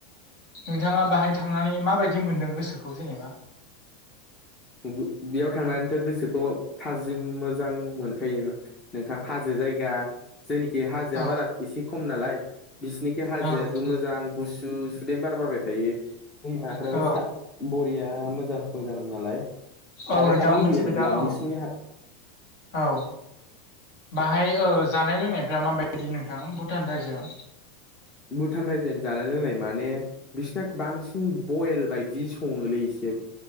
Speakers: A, on the left; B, on the left.
A: नोंथाङा बाहाय थांनानै माबायदि मोनदों गोसोखौ जेनेबा?
B: बे-बेयाव थांनानैथ' गोसोखौ थाजिम मोजां मोनखायोना। नोंथां हाजो जायगा जोंनिखि हाजोआ
A: औ
B: बारा एसे खम नालाय बिसिनिखै हाजोयाबो
A: औ नोंथां
B: मोजां। गुसु सुदेम बार बारबाय थायो दैमाफ्राबो
A: औ
B: सा बरिया मोजां मोजां नालाय। थाबाय
A: औ नोंथां
B: थानो लुबैयो
A: मोनसे
B: आरो
A: खोथा
B: बेयाव
A: औ
B: बिसिनि हा
A: औ। बाहाय जानाय लोंनायफ्रा माबायदि नोंथां भुटान रायजोआव।
B: भुटान रायजोआनि जानाय लोंनाय माने बिसिना बांसिन बयेल बायदि सङोलै एसे।